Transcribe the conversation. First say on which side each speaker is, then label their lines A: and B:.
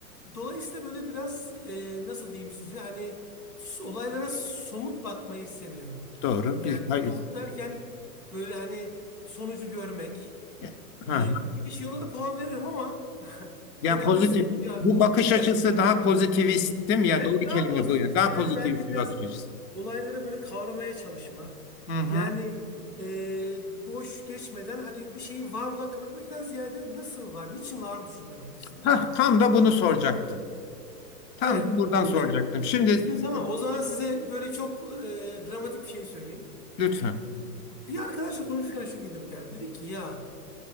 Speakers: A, on the left; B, on the left.
A: dolayısıyla böyle biraz e, nasıl diyeyim size hani s- olaylara somut bakmayı seviyorum.
B: Doğru.
A: Yani
B: Biz hayır.
A: somut derken böyle hani sonucu görmek.
B: Ya- Ha.
A: Hani gidiş yoluna da puan veririm ama <laughs>
B: Yani
A: genelde
B: pozitif
A: sonuca
B: bu bakış
A: evet.
B: açısı daha pozitivist değil mi?
A: Evet
B: Ya doğru
A: daha
B: kelime
A: pozitivist.
B: bu. Yani. Daha
A: Yani
B: pozitivist
A: belki biraz
B: bir bakış açısı.
A: olayları böyle kavramaya çalışma.
B: Hı hı.
A: Yani e, boş geçmeden hani bir şeyi var olarak kabul etmekten ziyade nasıl var, niçin var düşünme noktasında.
B: Hah, tam da bunu soracaktım. Tam
A: Evet.
B: da buradan
A: Yine
B: soracaktım. Şimdi
A: Şimdi tamam
B: e,
A: o zaman size böyle çok e, dramatik bir şey söyleyeyim.
B: lütfen.
A: Bir arkadaşla konuşurken şu gündeme geldi. Dedi ki ya